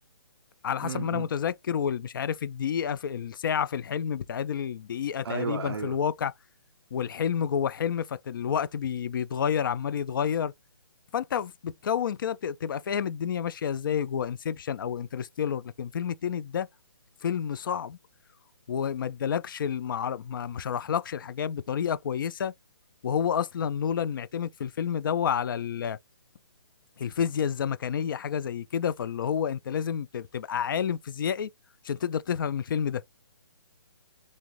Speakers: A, on the left; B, on the right.
A: على حسب
B: امم
A: ما انا متذكر والمش عارف الدقيقة في الساعة في الحلم بتعادل الدقيقة تقريبا
B: ايوه ايوه
A: في الواقع والحلم جوه حلم فالوقت بي بيتغير عمال يتغير فانت بتكون كده بت- تبقى فاهم الدنيا ماشية ازاي جوه انسبشن او انترستيلر لكن فيلم التاني ده فيلم صعب وما ادالكش المعر... ما ما شرحلكش الحاجات بطريقه كويسه وهو اصلا نولان معتمد في الفيلم ده على ال- الفيزياء الزمكانيه حاجه زي كده فاللي هو انت لازم تب- تبقى عالم فيزيائي عشان تقدر تفهم الفيلم ده